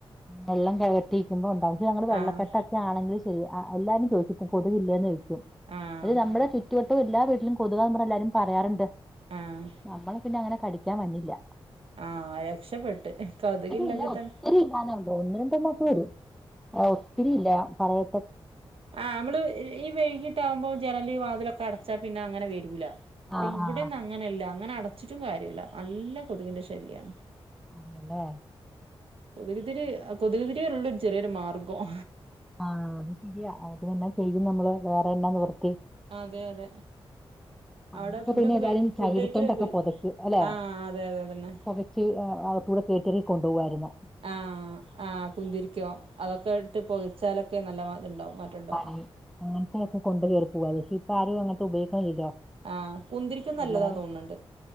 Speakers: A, in the centre; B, on the right.
A: വെള്ളം കട്ടിരിക്കുമ്പോ ഉണ്ടാവും പക്ഷെ ഞങ്ങ വെള്ളക്കെട്ടൊക്കെ
B: ആഹ്
A: ആണെങ്കും ശരി എല്ലാരും ചോദിച്ചിട്ടും കൊതുവില്ലേന്ന് ചോദിക്കും
B: ആഹ്
A: അക്ഷ നമ്മുടെ ചുറ്റുവട്ടവും എല്ലാ വീട്ടിലും പൊതുവെ നമ്മുടെ എല്ലാരും പറയാറുണ്ട്
B: ആഹ്
A: നമ്മളെ പിന്നെ അങ്ങനെ കടിക്കാൻ പന്നില്ല
B: ആഹ് രക്ഷപ്പെട്ട് കതുകില്ലെങ്കി
A: ഇല്ല ഒത്തിരി
B: തന്ന
A: ഇല്ലാന്നുണ്ട് ഒന്ന് രണ്ടന്നൊക്കെ വരും ഒത്തിരി ഇല്ല പറയാ
B: ആഹ് നമ്മള് ഈ വൈകീട്ട് ആവുമ്പോ ജനല് വാതിലൊക്കെ അടച്ചാ പിന്നെ അങ്ങനെ വെരൂല. പി
A: ആഹ്
B: ഇവിടൊന്നും
A: ആഹ്
B: അങ്ങനെയല്ല അങ്ങനെ അടച്ചിട്ടും കാര്യല്ല, നല്ല കൊതുകിന്റെ ശല്യം.
A: അതല്ലേ
B: കൊതുകുതിരി കൊതുകുതിരി <unintelligible> ഒരു ചെറിയൊരു മാർഗം.
A: ആഹ് അത് ശരിയാ അത് <unintelligible> ചെയ്യും നമ്മള് വേറെ എന്നാ നിവൃത്തി.
B: അതെ അതെ.
A: പണ്ടൊക്കെ
B: അവിടെ ഫുഡൊക്കെ
A: പിന്നെ എല്ലാരും
B: കഴി ഫുഡ്
A: ചകിരിത്തൊണ്ടൊക്കെ
B: കഴിക്കലൊക്കെ കഴിഞ്ഞോ
A: <unintelligible> അല്ലെ
B: ആഹ് അതെ അതെ അതന്നെ
A: <unintelligible> കൂടെ <unintelligible> കൊണ്ട് പോകുവായിരുന്നു.
B: ആ ആഹ് കുന്തിരിക്കോ അതൊക്കെ ഇട്ട് പൊകച്ചാലൊക്കെ നല്ല മാ ഇത്ണ്ടാവും മറ്റോണ്ടാവും.
A: <unintelligible> അങ്ങനത്തൊക്കെ കൊണ്ട് കേറി പോവാ <unintelligible> ഇപ്പ ആരും അങ്ങനത്തെ ഉപയോഗിക്കണില്ലല്ലോ.
B: ആഹ് കുന്തിരിക്കം നല്ലതാ
A: എല്ലാരും
B: തോന്നുന്നുണ്ട്.